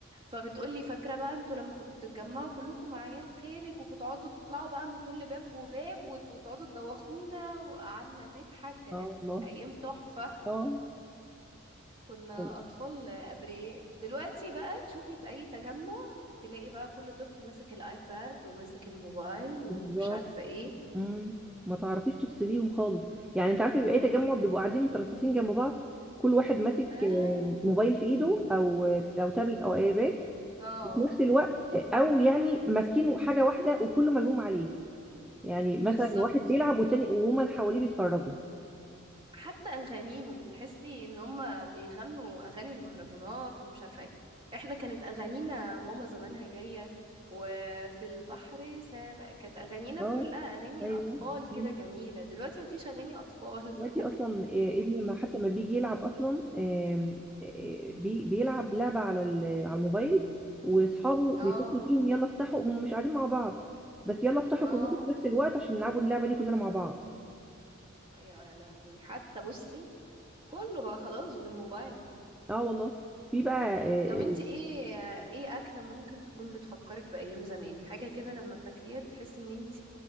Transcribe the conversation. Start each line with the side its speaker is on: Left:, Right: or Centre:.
Right: فبتقولي فاكره بقى انتوا لما كنتوا بتتجمعوا كلكم مع عيال خالك وكنتوا تطلعوا بقى من كل باب وباب وت- وتقعدوا تدوخونا وقعدنا نضحك كانت
Centre: اه والله
Right: ايام تحفه
Centre: اه
Right: كنا
Centre: والله.
Right: أطفال أبرياء دلوقتي بقى تشوفي في أي تجمع تلاقي بقى كل طفل ماسك الآيباد وماسك الموبايل ومش
Centre: بالظبط
Right: عارفة ايه
Centre: امم ما تعرفيش تفصليهم خالص يعني انت عارفه بيبقى ايه تجمع بيبقوا قاعدين مترصصين جنب بعض كل واحد ماسك
Right: ايوه
Centre: آه، موبايل في ايده او آه، او تابلت او ايباد
Right: اه
Centre: في نفس الوقت آه، او يعني ماسكين حاجه واحده وكله ملموم عليه يعني مثلا
Right: بالظبط
Centre: واحد بيلعب والتاني وهما اللي حواليه بيتفرجوا
Right: حتى أغانيهم تحسي إن هما بيغنوا أغاني المهرجانات ومش عارفة ايه احنا كانت أغانينا ماما زمانها جاية وفي البحر سام... كانت أغانينا
Centre: اه
Right: كلها أغاني
Centre: ايوه
Right: أطفال كده
Centre: مم.
Right: جميلة دلوقتي مفيش أغاني أطفال
Centre: دلوقتي اصلا آه، ابني ما حتى ما بيجي يلعب اصلا آم، آه، بي- بيلعب لعبه على ال- على الموبايل واصحابه
Right: <laughs> اه
Centre: بيتصلوا بيهم يلا افتحوا هم مش قاعدين مع بعض بس يلا افتحوا
Right: اه
Centre: كلكم في نفس الوقت عشان نلعبوا اللعبه دي كلنا مع بعض
Right: يا يا لهوي حتى بصي كله بقى خلاص بالموبايل
Centre: اه والله في بقى آه،
Right: طب انت ايه ايه اكلة ممكن تكون بتفكرك بأيام زمان حاجة كده لما بتاكليها بتحسي ان انت